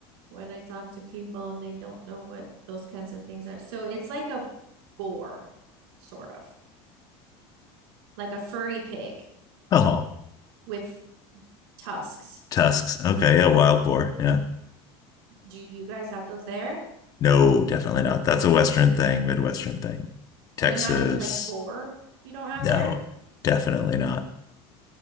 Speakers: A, on the right (about 80°); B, on the left (about 30°).
A: when I talk to people and they don't know what those kinds of things are. So it's like a boar, sort of. Like a furry pig
B: Oh,
A: with tusks.
B: tusks. Okay, yeah, wild boar. Yeah.
A: Do you guys have those there?
B: No, definitely not. That's a Western thing, Midwestern thing. Texas,
A: But not even like boar you don't have
B: no,
A: there.
B: definitely not.